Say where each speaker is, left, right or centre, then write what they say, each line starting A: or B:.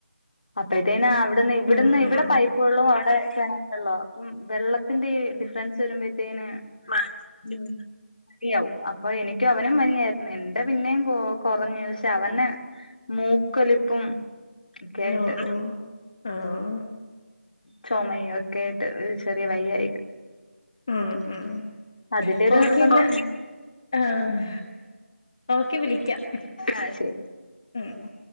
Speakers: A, on the left (about 40°); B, on the left (about 20°).
A: അപ്പോഴത്തേന് അവിടുന്ന് ഇവിടുന്ന്
B: ഉം
A: ഇവിടെ
B: ഉം
A: പൈപ്പ്
B: ഉം
A: വെള്ളവും അവിടെ കിണ വെള്ളവാ അപ്പം വെള്ളത്തിന്റെ ഈ ഡിഫറൻസ് വരുമ്പോഴത്തേന് ആഹ് നിയാവും അപ്പൊ എനിക്കും അവനും പനിയായിരുന്നു എന്റെ പിന്നെയും കൊ കൊറഞ്ഞു പക്ഷെ അവന് മൂക്കൊലിപ്പും ഒക്കെ ആയിട്ട്
B: ഓഹ് ഓഹ് ആഹ്
A: ചുമ ഒക്കെയായിട്ട് ചെറിയ വയ്യായിക
B: ഉംഹ് ഉംഹ്
A: അതിന്റെ ഒരു
B: ഓക്കെയെന്നാ
A: നിർബന്ധം.
B: ആഹ് ഓക്കെ വിളിക്കാം
A: ആ ശരി.
B: ഉംഹ്